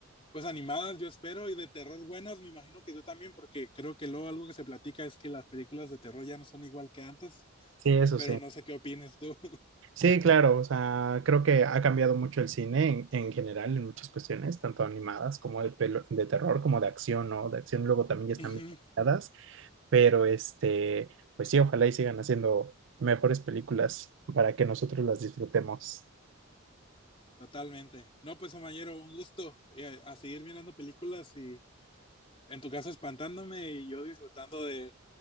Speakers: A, on the left; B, on the right.
A: pues animadas, yo espero, y de terror buenas, me imagino que tú también, porque creo que luego algo que se platica es que las películas de terror ya no son igual que antes,
B: Sí, eso
A: pero
B: sí.
A: no sé qué opines tú.
B: Sí, claro, o sea, creo que ha cambiado mucho el cine en, en general, en muchas cuestiones, tanto animadas como de, pelo- de terror, como de acción, ¿no? De acción luego también ya están
A: <laughs>
B: bien animadas, pero este, pues sí, ojalá y sigan haciendo mejores películas para que nosotros las disfrutemos.
A: Totalmente. No, pues, compañero, un gusto a, a, seguir mirando películas y en tu caso espantándome y yo disfrutando de,